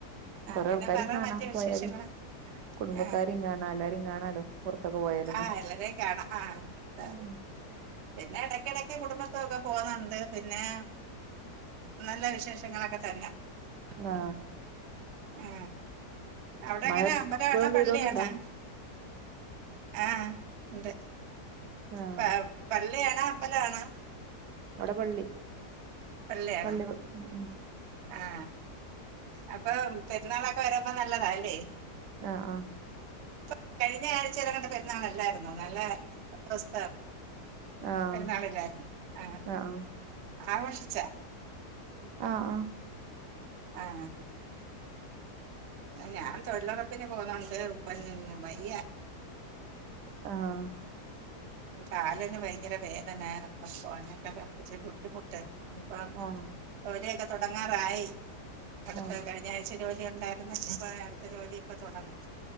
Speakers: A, on the right (about 80°); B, on the right (about 60°).
A: കൊറെ
B: പിന്നെ
A: ആൾക്കാരിം
B: പറ
A: കാണാ
B: മറ്റു
A: പോയാല്
B: വിശേഷങ്ങൾ
A: കുടുംബക്കാരിം
B: ആ
A: കാണാ എല്ലാരിം കാണാലോ. പൊർത്തൊക്കെ പോയാലൊന്ന്
B: ആ എല്ലാരെയും കാണാം ആ
A: മ്.
B: പിന്നെ എടക്കെടക്ക് കുടുംബത്തൊക്കെ പോവുന്നുണ്ട് പിന്നെ നല്ല വിശേഷങ്ങളൊക്കെ തന്നെ.
A: ആഹ്.
B: ആ അവ്ടെങ്ങനെ
A: മഴ
B: അമ്പലണോ
A: ഇപ്പഴും പെയ്തോണ്ട്ണ്ടോ
B: പള്ളിയാണോ? ആഹ് ഇണ്ട്
A: ആഹ്
B: പ പള്ളിയാണോ അമ്പലാണോ?
A: ഇവിടെ പള്ളി
B: പള്ളിയാണോ
A: പള്ളി ഉം ഉം.
B: ആ ആ അപ്പൊ പെര്ന്നാളൊക്കെ വരുമ്പോ നല്ലതാല്ലേ?
A: ആഹ് ആഹ്.
B: പ്പ കഴിഞ്ഞ ആഴ്ച്ചേലങ്ങട് പെര് ന്നാളല്ലായ്ന്നോ നല്ലസ്ഥ
A: ആഹ്
B: പെര്ന്നാളില്ലായിരുന്നു ആ
A: ആഹ്
B: ആഘോഷിച്ചോ?
A: ആ ആ.
B: ആഹ്. ഞാൻ തൊഴിലുറപ്പിന് പോവ്ന്നോട് ഇപ്പയ്ന് വയ്യാ.
A: ആഹ്.
B: കാലിന് ഭയങ്കര വേദന അപ്പൊ പോവാനൊപ്പച്ചിരി ബുദ്ധിമുട്ട്. അ
A: ആഹ്
B: ഒരെക്കെ തൊടങ്ങാറായി അടുത്തകഴി
A: ആഹ് ആഹ്
B: ഈ ആയ്ച്ച ജോലി ഉണ്ടാർന്നു ഇഞ്ഞിപ്പോ അട്ത്ത ജോലി ഇപ്പം തൊടങ്ങും.